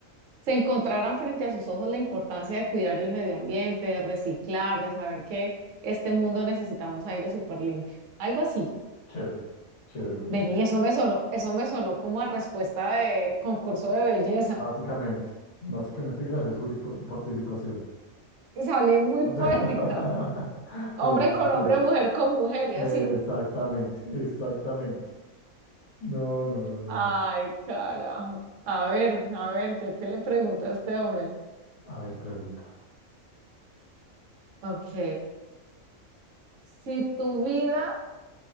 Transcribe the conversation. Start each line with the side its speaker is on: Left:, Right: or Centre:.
Right: se encontraran frente a sus ojos la importancia de cuidar el medio ambiente, de reciclar, de saber que este mundo necesitamos aire súper limpio. Algo así.
Left: Chévere, chévere, me gusta.
Right: Vení, eso me sonó, eso me sonó como a respuesta de concurso de belleza.
Left: Básicamente, básicamente, gracias, Juli, por tu participación.
Right: Salí muy
Left: <laughs>
Right: poética. Hombre
Left: Sí, sí, sí,
Right: con hombre,
Left: sí.
Right: mujer con mujer y
Left: Eh,
Right: así.
Left: Exactamente, exactamente. No, no, no, no,
Right: Ay,
Left: no.
Right: carajo. A ver, a ver, ¿yo qué le pregunto a este hombre?
Left: A ver, pregunta.
Right: Ok. Si tu vida